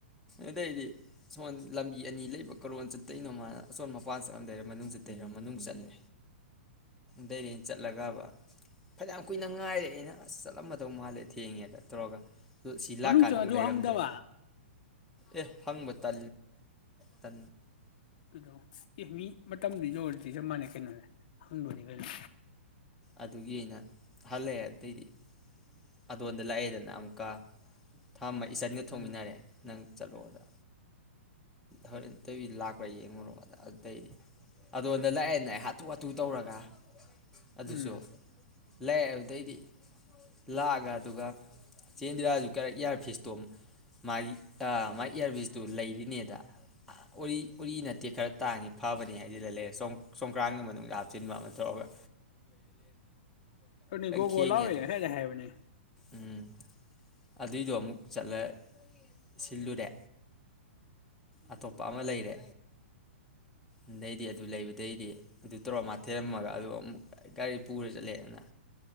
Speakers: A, in the centre; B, on the left.
A: ꯑꯗꯩꯗꯤ ꯁꯣꯝ ꯂꯝꯕꯤ ꯑꯅꯤ ꯂꯩꯕ ꯀꯔꯣꯟ ꯆꯠꯇꯣꯏꯅꯣ ꯃꯥꯅ ꯑꯆꯣꯟ ꯃ ꯃꯄꯥꯟ ꯆꯠꯂꯝꯗꯩꯔ ꯃꯅꯨꯡ ꯆꯠꯩꯔ ꯃꯅꯨꯡ ꯆꯠꯂꯦ ꯇꯩꯔꯦꯩꯅ ꯆꯠꯂꯒ ꯐꯅꯌꯥꯝ ꯀꯨꯏꯅ ꯉꯥꯏꯔꯦ ꯑꯩꯅ ꯑꯁ ꯆꯠꯂꯝꯃꯗꯧ ꯃꯥꯜꯂꯦ ꯊꯦꯡꯉꯦꯗ ꯇꯧꯔꯒ ꯁꯤ
B: ꯃꯅꯨꯡ
A: ꯂꯥꯛꯀꯥꯟꯗ
B: ꯆꯪꯉꯁꯨ
A: ꯑꯃꯨꯛ ꯂꯩꯔꯝꯗ꯭ꯔꯦ
B: ꯍꯪꯗꯕ
A: ꯑꯦ ꯍꯪꯕ ꯇ ꯇ
B: ꯑꯗꯨꯗꯣ ꯑꯦ ꯃꯤ ꯃꯇꯝꯗꯨ ꯌꯧꯔꯗ꯭ꯔꯤ ꯆꯞ ꯃꯥꯟꯅꯩ ꯀꯩꯅꯣꯅꯦ ꯍꯪꯗꯣꯅꯦ ꯀꯩꯅꯣ
A: ꯑꯗꯨꯒꯤ ꯑꯩꯅ ꯍꯜꯂꯛꯑꯦ ꯑꯗꯨꯗꯩꯗꯤ ꯑꯗꯣꯟꯝꯗ ꯂꯥꯛꯑꯦꯗꯅ ꯑꯃꯨꯛꯀ ꯑꯍꯝꯕ ꯏꯆꯟꯒ ꯊꯣꯡꯃꯤꯟꯅꯔꯦ
B: ꯎꯝ
A: ꯅꯪ ꯆꯠꯂꯣꯗ ꯍꯣꯔꯦꯟ ꯇꯩ ꯂꯥꯛꯄ ꯌꯦꯡꯉꯨꯔꯣꯅ ꯑꯗꯨ ꯇꯩꯗꯤ ꯑꯗꯣꯗ ꯂꯥꯛꯑꯦꯅ ꯑꯩ ꯍꯥꯊꯨ ꯍꯥꯊꯨ ꯇꯧꯔꯒ ꯑꯗꯨꯁꯨ
B: ꯎꯝ
A: ꯂꯩꯦ ꯑꯗꯨꯗꯩꯗꯤ ꯂꯥꯛꯑꯒ ꯑꯗꯨꯒ ꯆꯦꯟꯗ꯭ꯔꯁꯨ ꯈꯔ ꯏꯌꯥꯔꯕꯤꯁꯇꯣ ꯃꯥꯒꯤ ꯃꯥꯒꯤ ꯏꯌꯥꯔꯕꯤꯁꯇꯨ ꯂꯩꯔꯤꯅꯦꯗ ꯎꯔꯤ ꯎꯔꯤ ꯅꯠꯇꯦ ꯈꯔ ꯇꯥꯡꯉꯤ ꯐꯕꯅꯤ ꯍꯥꯏꯗꯤ ꯂꯩꯔꯦ ꯆꯣꯡꯀ꯭ꯔꯥꯟꯒꯤ ꯃꯅꯨꯡꯗ ꯍꯥꯞꯆꯤꯟꯕ ꯑꯃ ꯊꯣꯛꯔꯛꯒ
B: ꯑꯣꯅꯤ ꯒꯣꯒꯣ
A: ꯈꯦꯡꯉꯦꯗ
B: ꯂꯥꯎ ꯍꯥꯏꯑꯦꯗ ꯍꯥꯏꯑꯦꯕꯅꯤ
A: ꯎꯝ ꯑꯗꯨꯏꯗꯣ ꯑꯃꯨꯛ ꯆꯠꯂ ꯁꯤꯜꯂꯨꯔꯦ ꯑꯇꯣꯞꯄ ꯑꯃ ꯂꯩꯔꯦ ꯑꯗꯩꯗꯤ ꯑꯗꯨ ꯂꯩꯕꯗꯩꯗꯤ ꯑꯗꯨ ꯇꯧꯔ ꯃꯥ ꯊꯦꯝꯃꯒ ꯑꯗꯨ ꯑꯃꯨꯛ ꯒꯥꯔꯤ ꯄꯨꯔ ꯆꯠꯂꯦꯗꯅ